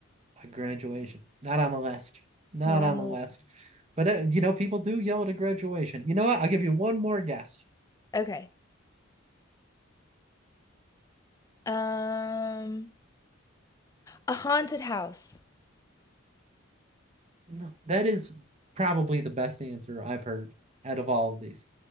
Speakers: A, on the right (about 30°); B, on the left (about 15°).
A: A graduation, not on the list, not
B: Not on
A: on
B: the
A: the list.
B: list.
A: But uh, you know, people do yell at a graduation. You know what? I'll give you one more guess.
B: Okay. Um, a haunted house.
A: No, That is probably the best answer I've heard out of all of these.